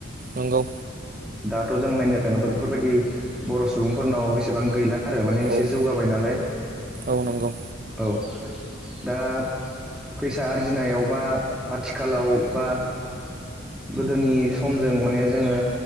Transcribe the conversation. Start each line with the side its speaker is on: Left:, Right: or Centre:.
Right: नंगौ
Centre: दाथ' जों नायनो थाङोबा बेफोरबायदि बर' सुबुंफोरनाव एसेबां गैला आरो माने एसे
Right: औ नंगौ औ
Centre: जौगाबाय नालाय
Right: औ नंगौ
Centre: औ दा फैसा आरजिनायावबा आथिखालाव बा गोदोनि समजों माने जोङो